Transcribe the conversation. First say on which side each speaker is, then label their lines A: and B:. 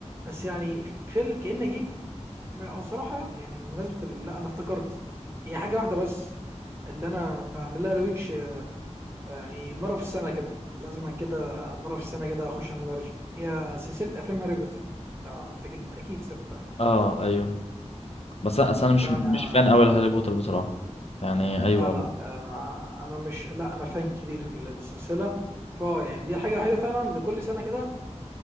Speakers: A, on the right; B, on the left.
A: بس يعني فيلم كأني اجيب ما- او صراحه يعني بمناسبه ال- لا انا افتكرت هي حاجه واحده بس اللي انا بعمل لها ريوتش يعني مره في السنه كده لازم كده مره في السنه كده اخش اعمل لها ريوتش هي سلسله افلام هاري بوتر لو انت كده اكيد سمعت عنها
B: اه ايوه بس انا أصل انا مش
A: لا انا
B: مش فان قوي لهاري بوتر بصراحه يعني ايوه
A: لا لا
B: بقى.
A: انا انا مش لا انا فان كبير للسلسله فا يعني دي الحاجه الوحيده فعلا لكل سنه كده